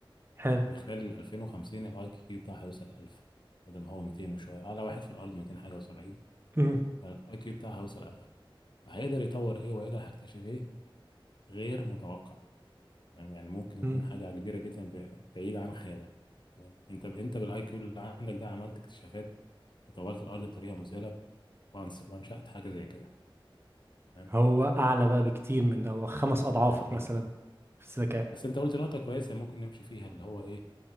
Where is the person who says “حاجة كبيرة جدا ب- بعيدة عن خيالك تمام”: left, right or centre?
Left